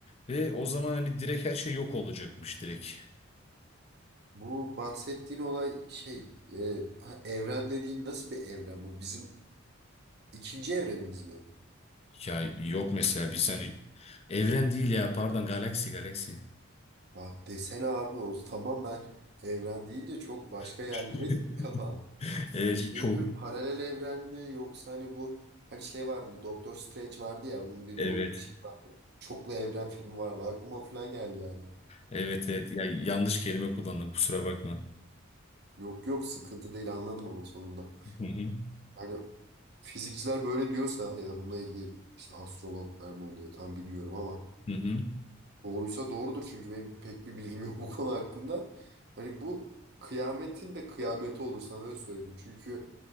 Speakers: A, on the left; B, on the right.
A: Ve o zaman hani direkt her şey yok olacakmış direkt.
B: Bu bahsettiğin olay şey e, ha, evren dediğin nasıl bir evren bu? Bizim ikinci evrenimiz mi?
A: Ya yok mesela biz hani evren değil ya pardon galaksi galaksi.
B: Ha, desene abi o tamam ben evren deyince çok başka
A: <laughs>
B: yerlere gitti kafam.
A: Evet
B: Hani şey
A: çok
B: diyorum paralel evren mi yoksa hani bu hani şey vardı bir Doktor Strange vardı ya onun bir
A: evet.
B: mu şey vardı. Çoklu evren filmi vardı aklıma o falan geldi yani.
A: Evet evet ya yanlış kelime kullandım kusura bakma.
B: Yok yok sıkıntı değil anladım ama sonunda.
A: Hı hı.
B: Hani fizikçiler böyle diyorsa ya da bununla ilgili işte astrologlar mı oluyor tam bilmiyorum ama
A: Hı hı.
B: Doğruysa doğrudur çünkü benim pek bir bilgim yok bu konu hakkında. Hani bu kıyametin de kıyameti olur sana öyle söyleyeyim. Çünkü